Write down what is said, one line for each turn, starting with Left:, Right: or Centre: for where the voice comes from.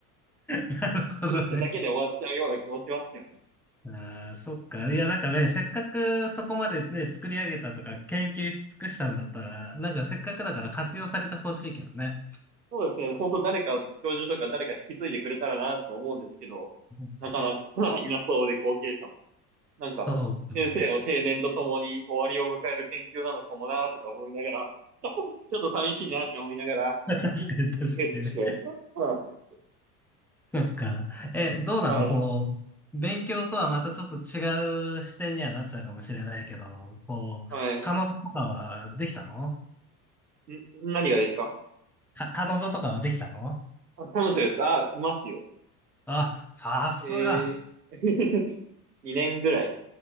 Centre: なるほどね。
Right: 研究してだけで終わっちゃうような気もしますよね。
Centre: ああ、そっか。いや、なんかね、せっかくそこまでね、作り上げたとか、研究し尽くしたんだったら、なんかせっかくだから活用されてほしいけどね。
Right: そうですね。本当誰か、教授とか誰か引き継いでくれたらなと思うんですけど、
Centre: うん
Right: なかなかいなそうで後継者も。なんか、
Centre: そうか
Right: 先生の定年とともに終わりを迎える研究なのかもなーとか思いながら、<laughs> ちょっと寂しいなって思いながら、
Centre: な。<laughs> 確かに、確かにね。
Right: 研究室してます。うん
Centre: そっか。え、どうなのこ
Right: はい。
Centre: う、勉強とはまたちょっと違う視点にはなっちゃうかもしれないけど、こう、
Right: はい。
Centre: 彼女とかはできたの
Right: ん、何がですか
Centre: か、彼女とかはできたの
Right: あ彼女ですかあ、いますよ。
Centre: あ、さすが。
Right: えー、<laughs> 2年ぐらい